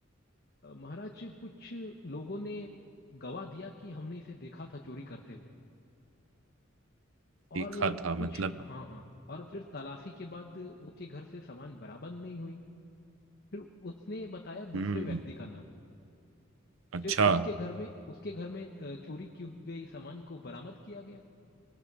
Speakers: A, on the left; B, on the right.
A: अ, महाराज कुछ लोगों ने गवाह दिया कि हमने इसे देखा था चोरी करते हुए और
B: देखा था
A: कुछ
B: मतलब
A: हाँ हाँ और फिर तलाशी के बाद उसके घर से सामान बरामद नहीं हुई फिर उसने बताया
B: हम्म
A: दूसरे व्यक्ति का नाम
B: अच्छा
A: फिर उसके घर में उसके घर में अ, चोरी की गई सामान को बरामद किया गया